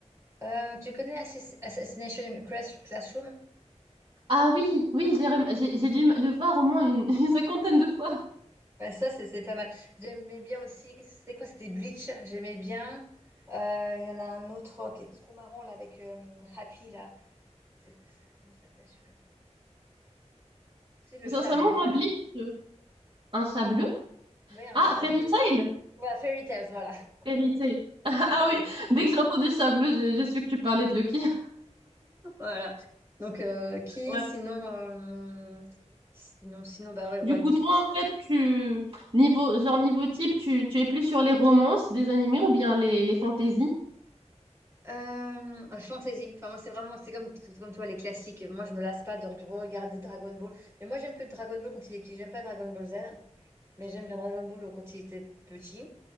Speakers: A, on the right; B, on the right.
A: Euh, tu connais Assass- Assassination Class- Classroom?
B: Ah oui, oui, j'ai rem- j'ai j'ai dû le voir au moins une, <laughs> une cinquantaine de fois.
A: Ouais, ça, c'est c'est pas mal. J'aimais bien aussi. qu'est-ce que C'était quoi? C'était Bleach. J'aimais bien. Euh, Il y en a un autre oh, qui est trop marrant là avec euh, Happy là. C'est- c'est- Comment ça s'appelle celui-là? C'est le
B: Sincèrement,
A: chat bleu
B: moi,
A: là.
B: Bleach, euh, un chat bleu.
A: Ouais, un
B: Ah,
A: chat
B: Fairy
A: bleu.
B: Tail.
A: Voilà, Fairy Tales, voilà. <laughs>
B: Vérité. <laughs> Ah
A: Fairy
B: oui,
A: Tales.
B: dès que j'ai entendu Chablis, j'ai j'ai su que tu parlais de Lucky. <laughs>
A: Voilà. Donc, euh, qui
B: Ouais.
A: sinon, euh, sinon, sinon, bah ouais, One
B: Du coup,
A: Piece.
B: toi, en fait, tu niveau genre niveau type, tu, tu es plus sur les romances des animés ou bien les, les fantaisies?
A: Euh, euh, fantasy. Enfin, moi, c'est vraiment, c'est comme, tout comme toi, les classiques. Moi, je me lasse pas de regarder Dragon Ball. Mais moi, j'aime que Dragon Ball quand il est petit. J'aime pas Dragon Ball Z, mais j'aime Dragon Ball quand il était petit.